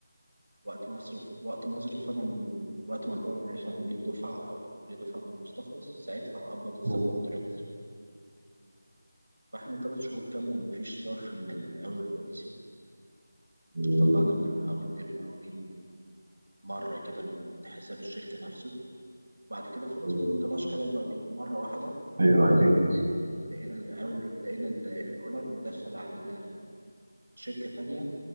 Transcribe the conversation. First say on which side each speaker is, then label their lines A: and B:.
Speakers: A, on the right; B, on the right.
A: وقت مصرف وقت مصرف انا من وقت ما الاونر يحول لي الدفعة او يحول لي دفعة من المستخلص ساعتها هقبض السب
B: مم.
A: كونتراكتور فاحنا ثلاث شهور كاملة مفيش صرف من المقاول الرئيسي
B: مم.
A: طلعنا من المقاول- للمقاولين مرة كده من حساب الشركة نفسه وبعد كده خلاص
B: مم.
A: ما بنطلعش حاجة للمقاولين مرة واحدة
B: أيوه أكيد
A: لقينا المقاول لقينا ال- الاونر مدخل علينا شركة تانية